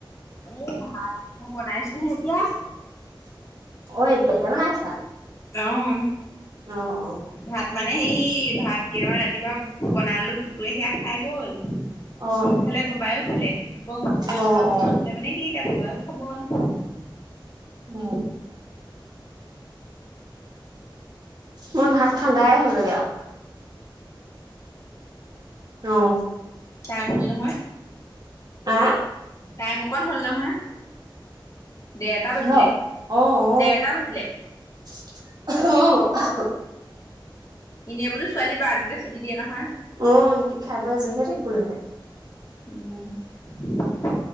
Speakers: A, on the left; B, on the right.
A: উ ভাত মই বনাইছোহে এতিয়া।
B: অ, এতিয়াহে বনাইছা?
A: অ',
B: অ, অ।
A: ভাত মানে সেই ভাত কেইটা ৰাতিপুৱা বনালো। পুতুৱে সেয়া খাই গ'ল। পোতৰ
B: অ
A: খালে বা বায়েও খালে। আকৌ মোলে
B: অ অ
A: বনাওঁ
B: অ
A: মোলে মানে কি এবাৰো খবৰ নহল।
B: উম মোৰ ভাত ঠাণ্ডাই <unintelligible> আৰু, অ।
A: চাই ভুল নহয়।
B: আ?
A: টাইম অকন হ'ল নহয়। দেৰটা
B: কিহ
A: বাজিলে।
B: অ অ
A: দেৰটা বাজিলে।
B: অ।
A: এনে বোলো ছোৱালী বাৰ তাতে ছুটি দিয়ে নহয়।
B: অ এনে খাই বৈ আজৰি হৈ থাকিব লাগে।
A: উম <unintelligible>